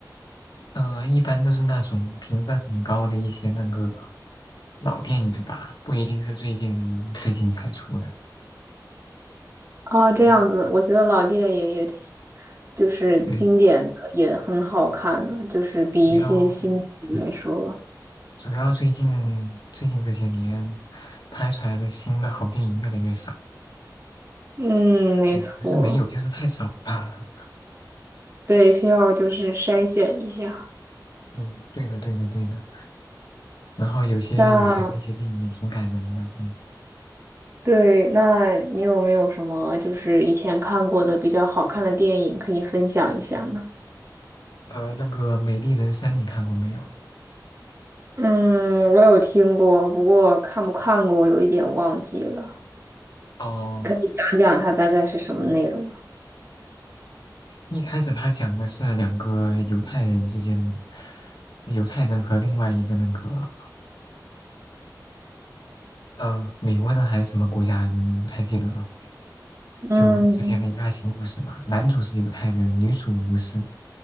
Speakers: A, on the left (about 75°); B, on the right (about 35°).
A: 嗯、呃一般都是那种评分很高的一些那个老电影吧，不一定是最近最近才出的。
B: 啊，这样子，
A: 嗯，
B: 我觉得老电影也挺，就是经典的，
A: 对，
B: 也很好看的，就是比一些新剧来说吧
A: 主要。对。主要最近最近这些年拍出来的新的好电影越来越少，
B: 嗯，没错。
A: 嗯不是没有，就是太少了。<laughs>
B: 对，需要就是筛选一下。
A: 嗯，对的，对的，对的。然后有些以前的一些电影也挺感人的，
B: 那
A: 嗯，
B: 对，那你有没有什么就是以前看过的比较好看的电影可以分享一下呢？
A: 呃，那个《美丽人生》你看过没有？
B: 嗯，我有听过，不过看不看过，我有一点忘记了。
A: 哦，
B: 可以讲讲它大概是什么内容吗？
A: 一开始他讲的是两个犹太人之间，犹太人和另外一个那个呃，美国人还是什么国家来着呢？不太记得了。就之前的一个爱情故事嘛，
B: 嗯，
A: 男主是犹太人，女主不是。